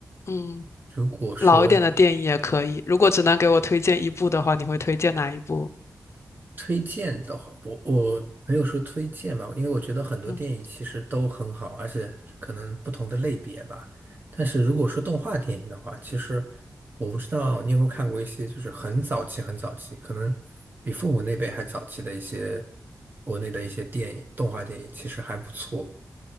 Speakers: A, on the left; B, on the right.
A: 嗯
B: 如果说
A: 老一点的电影也可以。如果只能给我推荐一部的话，你会推荐哪一部？
B: 推荐的话，我我没有说推荐吧，因为我觉得很多电影其实都很好，
A: 嗯。
B: 而且可能不同的类别吧。但是如果说动画电影的话，其实我不知道你有没有看过一些就是很早期、很早期，可能比父母那辈还早期的一些国内的一些电影、动画电影，其实还不错。